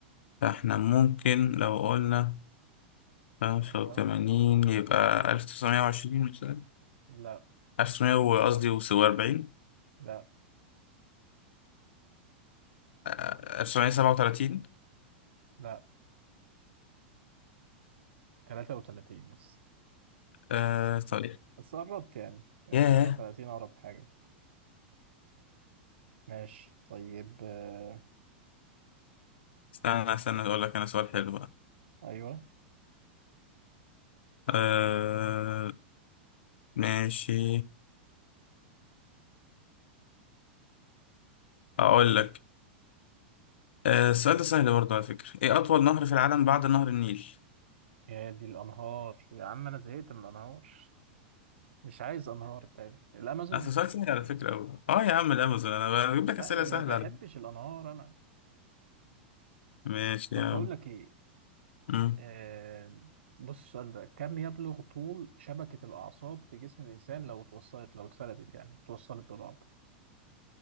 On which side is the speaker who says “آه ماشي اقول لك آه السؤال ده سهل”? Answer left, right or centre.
Left